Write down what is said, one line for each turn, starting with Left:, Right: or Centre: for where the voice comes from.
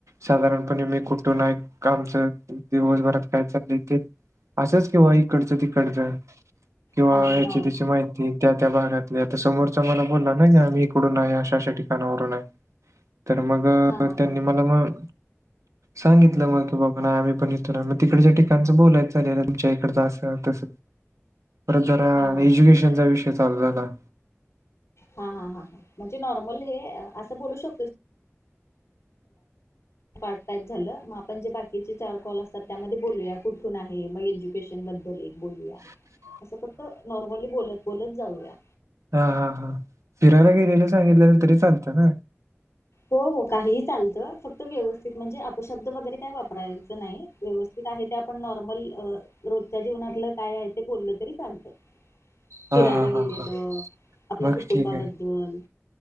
Right: साधारणपणे मी कुठून आहे, आमचं दिवसभरात काय चाललंय ते, असंच, किंवा इकडचं तिकडचं, किंवा
Left: हा हा
Right: याच्याऽ
Left: नॉर्म
Right: माहिती त्या त्या भागातली, आता समोरच मला बोलला ना, की आम्ही इकडून आहे, अशा अशा ठिकाणावरून आहे, तर मग,
Left: हा हा
Right: त्यांनी
Left: हा
Right: मला
Left: हा
Right: मगऽ सांगितलं, मग की बाबा आम्ही पण इथून आहे, मग तिकडच्या ठिकाणचं बोलायचं झालेलं, तुमच्या इकडचं असं तसं. परत जरा
Left: हा हा
Right: एज्युकेशनचा विषय चालू झाला.
Left: हा हा हां, म्हणजे नॉर्मल हे, असं बोलू शकतोऽ पार्ट टाईप झालं, मग आपण जे बाकीचे चार कॉल असतात त्यामध्ये बोलूया कुठून आहे मग एज्युकेशन बद्दल एक बोलूया.
Right: ह. <unintelligible>
Left: असं फक्त, नॉर्मली बोलत बोलत जाऊया.
Right: हा हा हा, फिरायला गेलेलं सांगितलंलं तरी चालतं ना?
Left: हो हो, काहिही चालतं, फक्त व्यवस्थित म्हणजे अपशब्द वगैरे काय वापरा व्यवस्थित आहे ते आपण नॉर्मल, अ रोजच्या जीवनातलं काय आय ते बोललं तरी चालतं.
Right: हां
Left: फिरायला
Right: हां हां
Left: गेलेलं,,
Right: हां.
Left: आपल्या
Right: मग
Left: कुटुंबाबद्दल
Right: ठीक आहे.